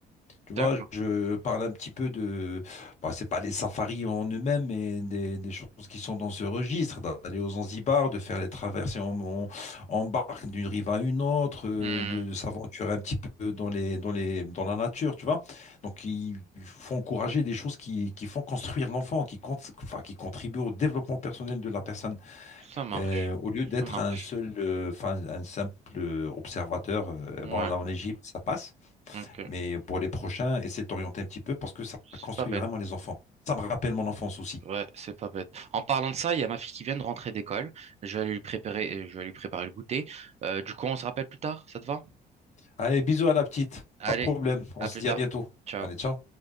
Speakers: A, on the left (about 45°); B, on the right (about 40°).
A: Tu vois,
B: D'accord.
A: je parle un petit peu de, bah, c'est pas des safaris en eux-mêmes, mais des, des choses qui sont dans ce registre, d'aller aux Zanzibar, de faire les traversées en, en- en barque d'une rive à une autre, euh,
B: Hmm,
A: de, de s'aventurer un petit peu dans les, dans les, dans la nature, tu vois. Donc, il faut encourager des choses qui, qui font construire l'enfant, qui, cont- enfin, qui contribuent au développement personnel de la personne,
B: Ça Ouais. marche.
A: Euh, au lieu d'être
B: Ça marche.
A: un seul, euh, enfin, un simple euh, observateur. euh,
B: Ouais.
A: bon, là, en Égypte, ça passe.
B: Ok.
A: Mais pour les prochains, essaie de t'orienter un petit peu parce que ça
B: C'est
A: construit
B: pas bête.
A: vraiment les enfants. Ça me rappelle mon enfance aussi.
B: Ouais, c'est pas bête. En parlant de ça, il y a ma fille qui vient de rentrer d'école. Je vais aller lui préparer, euh, je vais lui préparer le goûter. Euh, du coup, on se rappelle plus tard, ça te va?
A: Allez, bisous à la petite.
B: Allez,
A: Pas de problème. On
B: à
A: se
B: plus
A: dit
B: tard.
A: à bientôt.
B: Ciao.
A: Allez, ciao.